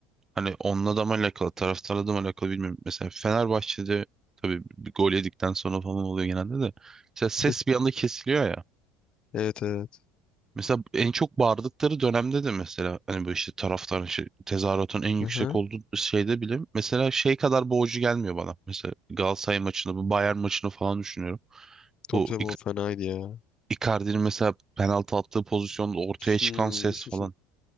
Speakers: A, on the right; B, on the left.
A: hani onunla da mı alakalı, taraftarla da mı alakalı bilmiyorum. Mesela Fenerbahçe'de tabii bir gol yedikten sonra falan oluyor genelde de. Mesela
B: <laughs>
A: ses bir anda kesiliyor ya.
B: Evet evet.
A: Mesela en çok bağırdıkları dönemde de mesela hani böyle işte taraftarın şey, tezahüratın en yüksek
B: Aha.
A: olduğu şeyde bile mesela şey kadar boğucu gelmiyor bana. Mesela Galatasaray maçını, bu Bayern maçını falan düşünüyorum.
B: Tabii
A: Bu
B: tabii o fenaydı ya.
A: Icardi'nin mesela penaltı attığı pozisyonda ortaya çıkan
B: Hmm.
A: ses
B: <laughs>
A: falan.